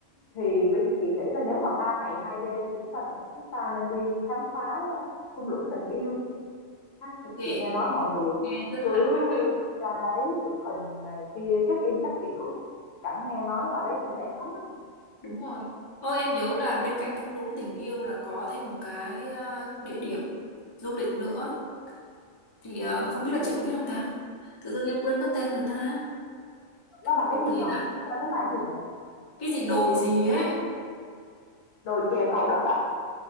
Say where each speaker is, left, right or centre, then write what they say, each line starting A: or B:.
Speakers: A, on the left; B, on the left.
A: thì Vinh chị nghĩ là nếu mà ba ngày hai đêm thì chúng ta nghĩ chúng ta nên đi khám phá thung lũng tình yêu đi ha
B: Ok,
A: chị nghe nói mọi người
B: nghe rất
A: cứ
B: là lãng mạn.
A: ra đấy chụp hình này kia check in các kiểu cảnh nghe nói ở đấy cũng đẹp lắm đó, Ngọc.
B: Đúng rồi. Ô, em nhớ là bên cạnh thung lũng tình yêu là có thêm một cái ờ, địa điểm du lịch nữa thì ờ, không biết là chị có biết không ta tự dưng em quên mất tên rồi ta cái
A: đó là
B: đồi
A: cái gì
B: gì
A: Ngọc
B: ta
A: tên đó là cái gì nhỉ
B: cái gì đồi gì ấy
A: đồi chè cầu đất à